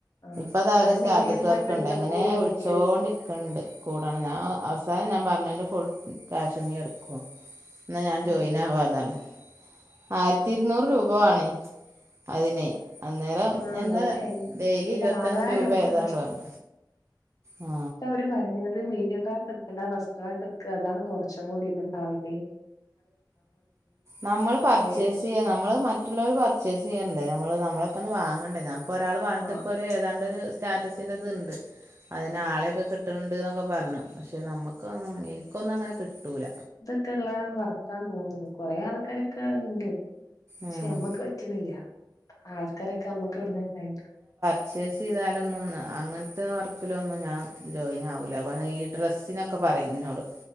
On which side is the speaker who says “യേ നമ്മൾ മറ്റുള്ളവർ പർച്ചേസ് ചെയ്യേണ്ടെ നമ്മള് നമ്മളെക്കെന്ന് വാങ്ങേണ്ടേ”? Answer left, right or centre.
Right